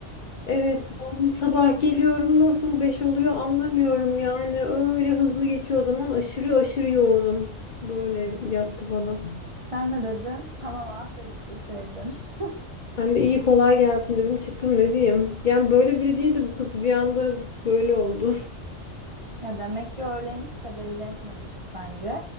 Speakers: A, on the left; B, on the right.
A: evet ben sabah geliyorum nasıl beş oluyor anlamıyorum yani öyle hızlı geçiyor o zaman aşırı aşırı yoğunum. Böyle yaptı bana.
B: sen ne dedin? Tamam aferin deseydin. <laughs>
A: Ben de iyi kolay gelsin dedim çıktım ne diyeyim. Yani böyle biri değildi bu kız bir anda böyle oldu. <laughs>
B: Ya demek ki öyleymiş de belli etmemiş bence.